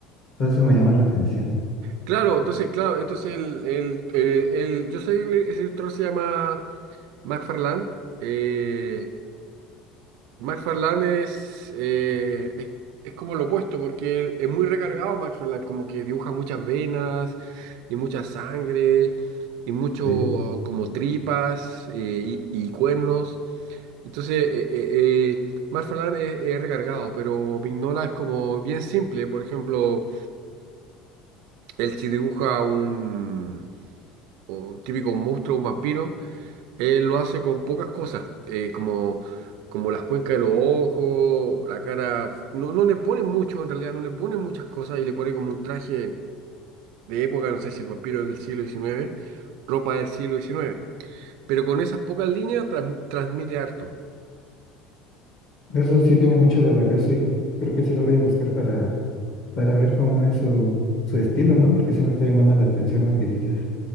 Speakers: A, on the left; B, on the right.
A: todo eso me llama la atención.
B: claro, entonces, claro, entonces el, el, eh, el- yo sé, que ese autor se llama McFarlane. eh, McFarlane es, eh, es, es como lo opuesto, porque es muy recargado McFarlane, como que dibuja muchas venas y mucha sangre y mucho
A: Sí.
B: como tripas eh, y, y cuernos. Entonces, eh, eh, eh, McFarlane es, es recargado, pero Vignola es como bien simple. Por ejemplo, él sí dibuja un, un típico monstruo, un vampiro, él lo hace con pocas cosas, eh, como, como las cuencas de los ojos, la cara. No, no le pone mucho, en realidad, no le pone muchas cosas y le pone como un traje de época, no sé si el vampiro es del siglo diecinueve, ropa del siglo diecinueve. Pero con esas pocas líneas trans- transmite harto.
A: Eso sí tiene mucho de valioso y creo que sí lo voy a buscar para, para ver cómo es su, su estilo, ¿no? Porque sí me está llamando la atención lo que dices.